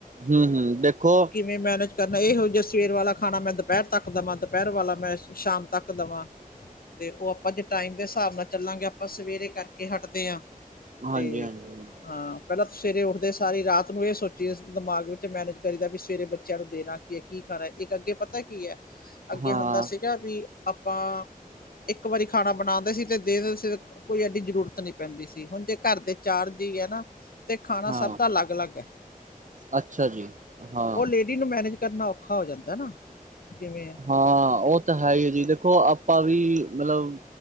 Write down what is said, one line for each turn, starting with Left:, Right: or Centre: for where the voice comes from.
Right: ਹੂੰ, ਹੂੰ ਦੇਖੋ
Left: ਕਿਵੇਂ ਮੈਨੇਜ ਕਰਨੈ, ਏ ਹੋਜੂ ਸਵੇਰ ਵਾਲਾ ਖਾਣਾ ਮੈਂ ਦੁਪੈਰ ਤੱਕ ਦਵਾਂ ਦੁਪਹਿਰ ਵਾਲਾ ਮੈਂ ਸ਼ਾਮ ਤੱਕ ਦਵਾਂ
Right: <inaudible>
Left: ਦੇਖੋ ਆਪਾਂ ਤੇ ਟਾਈਮ ਦੇ ਸ੍ਹਾਬ ਨਾਲ ਚੱਲਾਂਗੇ, ਆਪਾਂ ਸਵੇਰੇ ਕਾਰਕੇ ਹਾਟਦੇ ਆਂ
Right: ਹਾਂਜੀ
Left: ਤੇ
Right: ਹਾਂਜੀ ਹਾਂਜੀ
Left: ਹਾਂ, ਪੈਲਾਂ ਤਾ ਸਵੇਰੇ ਓਠਦੇ ਸਾਰੀ ਰਾਤ ਨੂੰ ਏ ਸੋਚੀ ਦਾ ਦਿਮਾਗ ਵਿੱਚ ਮੈਨੇਜ ਕਰੀਦਾ ਬੀ ਸਵੇਰੇ ਬੱਚੇਆਂ ਨੂੰ ਦੇਨਾ ਕੀ ਏ ਕੀ ਖਾਨਾ ਏ, ਇੱਕ ਅੱਗੇ ਪਤਾ ਕੀ ਐ, ਅੱਗੇ
Right: ਹਾਂ
Left: ਹੁੰਦਾ ਸੀ ਜਾਦ ਵੀ ਆਪਾਂ, ਏੱਕ ਵਾਰੀ ਖਾਣਾ ਬਣਾਦੇ ਸੀ ਤੇ ਦੇ ਕੋਈ ਐਡੀ ਜਰੂਰਤ ਨੀ ਪੈਂਦੀ ਸੀ, ਹੁਨ ਜੇ ਘਾਰ ਦੇ ਚਾਰ ਜੀ ਐ ਨਾ ਤੇ ਖਾਨਾ
Right: ਹਾਂ
Left: ਸਾਬ ਦਾ ਅਲੱਗ, ਅਲੱਗ ਐ।
Right: ਅੱਛਾ ਜੀ। ਹਾਂ
Left: ਓ ਲੇੜੀ ਨੂੰ ਮੈਨੇਜ ਕਰਨਾ ਔਖਾ ਹੋ ਜਾਂਦਾ ਨਾ, ਕਿਵੇਂ ਐ।
Right: ਹਾਂ ਓ ਤਾਂ ਹੈ ਈ ਐਜੀ, ਦੇਖੋ ਆਪਾਂ ਵੀ ਮਲਬ